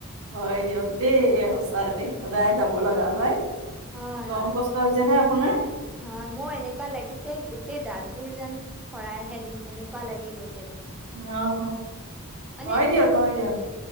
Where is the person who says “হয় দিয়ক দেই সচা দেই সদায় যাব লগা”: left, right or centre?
Right